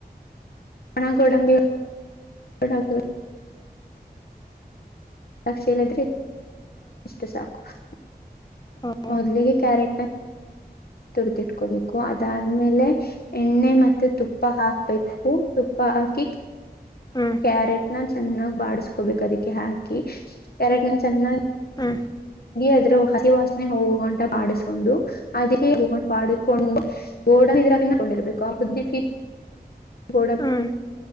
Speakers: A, on the left; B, on the left.
A: ಹಣ ಗಡಂಬಿ ಕಡ <unintelligible> ದಕ್ಷಿ ಏನ ಇದ್ರೆ ಎಷ್ಟು ಸಾಕು <unintelligible>
B: ಹ
A: ಮೊದ್ಲಿಗೆ ಕ್ಯಾರೆಕ್ಟ ತುಡ್ದಿಟ್ಕೋಬೇಕು ಅದಾದ್ಮೇಲೆ ಎಣ್ಣೆ ಮತ್ತೆ ತುಪ್ಪ ಹಾಕ್ಬೇಕು ತುಪ್ಪ ಹಾಕಿ
B: ಹ್ಮ್
A: ಕ್ಯಾರೆಟ್ ನ ಚೆನ್ನಾಗ್ ಬಾಸ್ಕೋಬೇಕು ಅದಕ್ಕೆ ಹಾಕಿ ಕ್ಯಾರೆಟ್ ನ ಚೆನ್ನ
B: ಹ್ಮ
A: ಅದ್ರ ಹಸಿವಾಸನೆ ಹೋಗುವಂತ ಬಾಿಸೊಂಡು ಅದ ಮಾಡಿಕೊಂಡು ಓಡನ್ ಇದ್ರಾಕಕೊಂಡಿರ್ಬೇಕು ಆ ಹುದ್ದಿೀ ಗೋಡ
B: ಹ್ಮ್